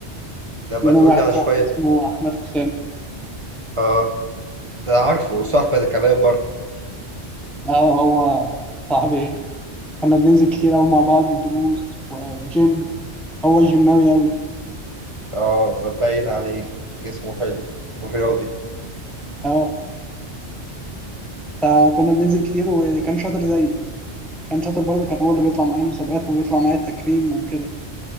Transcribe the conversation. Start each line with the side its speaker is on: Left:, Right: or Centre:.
Right: لما
Centre: منهم
Right: تقول
Centre: واحد
Right: لي على
Centre: صاحبي
Right: شوية
Centre: اسمه أحمد حسام
Right: اه ده أنا عارفه صاحبي أنا كمان برضه
Centre: اه هو صاحبي كنا بننزل كتير أوي مع بعض الدروس والجيم هو جيماوي أوي
Right: اه ببين عليه جسمه حلو ورياضي
Centre: اه فكنا بننزل كتير وكان شاطر زيي كان شاطر برضه كان هو اللي بيطلع معايا المسابقات وبيطلع معايا التكريم وكده